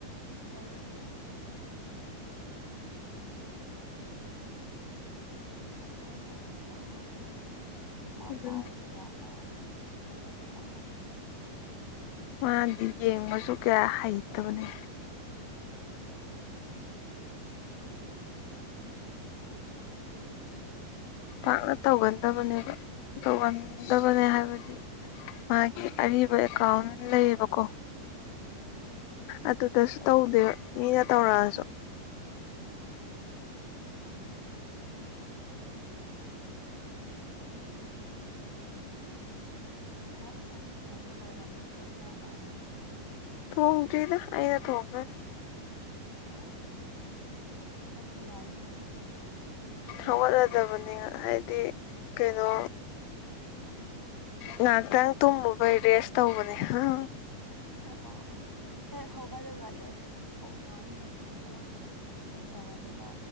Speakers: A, in the centre; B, on the left.
A: ꯇꯧꯔꯛꯇꯦ꯫ <unintelligible> ꯇꯧꯔꯛ ꯀꯦꯔ ꯇꯧꯔ ꯈꯜꯂ ꯒ ꯇꯧꯔꯛꯇꯦ ꯃ
B: ꯑꯗꯨ
A: ꯄꯥꯏꯔ ꯕꯖꯠꯂ ꯈꯪꯗꯦ꯫ ꯈꯪꯗꯕ ꯖꯥꯠꯂ꯫
B: ꯃꯥꯗꯤ ꯌꯦꯡꯕꯁꯨ ꯀꯌꯥ ꯍꯩꯇꯕꯅꯦ꯫
A: ꯑꯣ꯫ ꯁꯦꯞ ꯇꯧꯔꯛꯇꯦ꯫
B: ꯄꯥꯛꯅ ꯇꯧꯒꯟꯗꯕꯅꯦꯕ ꯇꯧꯒꯟ ꯗꯕꯅꯦ ꯍꯥꯏꯕꯗꯤ꯫ ꯃꯥꯒꯤ ꯑꯔꯤꯕ ꯑꯦꯀꯥꯎꯟ꯫ ꯂꯩꯌꯦꯕꯀꯣ
A: ꯎꯝ
B: ꯑꯗꯨꯗꯁꯨ ꯇꯧꯗꯦ ꯃꯤꯅ ꯇꯧꯔꯛꯑꯁꯨ꯫
A: <unintelligible> ꯑꯥ꯫ <unintelligible> ꯆꯥꯛ ꯏꯟꯁꯥꯡꯗꯤ ꯊꯣꯡꯕ ꯂꯣꯏꯔꯝꯃꯅꯤꯀꯣ ꯏꯃꯥꯅ꯫
B: ꯊꯣꯡꯗꯔ꯭ꯤꯗ ꯑꯩꯅ ꯊꯣꯡꯗꯣꯏ_꯫
A: ꯍꯥꯏ ꯍꯧꯒꯠꯄ ꯌꯥꯔꯦꯍꯦ ꯑꯗꯨꯗꯤ꯫
B: ꯍꯧꯒꯠꯂꯗꯕꯅꯦ ꯍꯥꯏꯗꯤ ꯀꯩꯅꯣ꯫ ꯉꯥꯛꯇꯪ ꯇꯨꯝꯃꯨꯕꯩ ꯔꯦꯁ ꯇꯧꯕꯅꯦ ꯍꯪ꯫
A: ꯑꯣ ꯑꯣ꯫ ꯍꯦꯛ ꯍꯧꯒꯠꯂꯒ ꯂꯦꯞꯄꯗꯤ ꯀꯣꯛ ꯉꯥꯎꯕ_ ꯀꯔꯤꯔꯣ ꯑꯗꯨꯝ ꯇꯧꯒꯜꯂꯦꯕ꯫